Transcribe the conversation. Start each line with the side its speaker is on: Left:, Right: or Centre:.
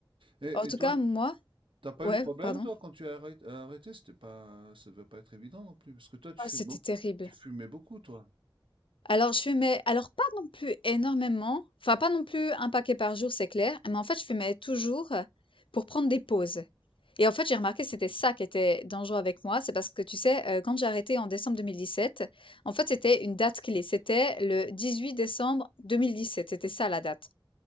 Right: Et,
Left: En tout
Right: et toi,
Left: cas, moi
Right: t'as pas
Left: ouais,
Right: eu de problème,
Left: pardon?
Right: toi, quand tu as arrêt- arrêté, c'était pas, ça devait pas être évident non plus, parce que toi, tu
Left: Oh,
Right: fumais
Left: c'était
Right: beaucoup,
Left: terrible.
Right: tu fumais beaucoup, toi.
Left: Alors je fumais alors pas non plus énormément, enfin pas non plus un paquet par jour, c'est clair, mais en fait je fumais toujours, heu, pour prendre des pauses et en fait j'ai remarqué que c'était ça qui était dangereux avec moi, c'est parce que tu sais, heu, quand j'ai arrêté en décembre 2017, en fait c'était une date clé, c'était le 18 décembre 2017, c'était ça la date